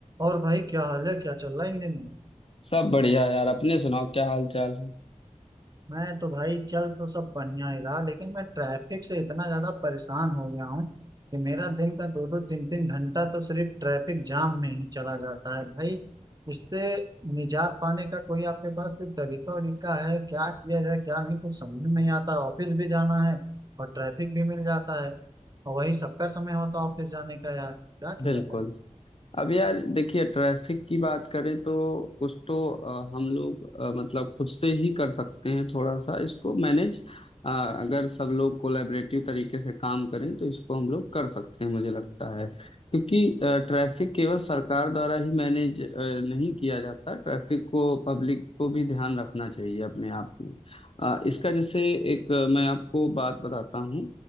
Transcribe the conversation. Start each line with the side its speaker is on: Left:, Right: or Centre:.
Right: और भाई क्या हाल है क्या चल रहा है इन दिनों
Left: सब बढ़िया यार अपने सुनाओ क्या हाल चाल है
Right: मैं तो भाई चल तो सब बढ़िया ही रहा लेकिन मैं ट्रैफिक से इतना ज्यादा परेशान हो गया हूँ कि मेरा दिन का दो दो तीन तीन घंटा तो सिर्फ ट्रैफिक जाम में ही चला जाता है भाई इससे निजात पाने का कोई आपके पास कोई तरीका वरीका है क्या किया जाए क्या नहीं कुछ समझ में नहीं आता ऑफिस भी जाना है और ट्रैफिक भी मिल जाता है और वही सबका समय होता है ऑफिस जाने का यार क्या किया
Left: बिल्कुल
Right: जाए
Left: अब यार देखिए ट्रैफिक की बात करें तो कुछ तो अ, हम लोग अ, मतलब खुद से ही कर सकते हैं थोड़ा सा इसको मैनेज अगर सब लोग कोलैबोरेटिव तरीके से काम करें तो इसको हम लोग कर सकते हैं मुझे लगता है क्योंकि ट्रैफिक केवल सरकार द्वारा ही मैनेज नहीं किया जाता ट्रैफिक को पब्लिक को भी ध्यान रखना चाहिए अपने आप में अ, इसका जैसे एक अ, मैं आपको बात बताता हूँ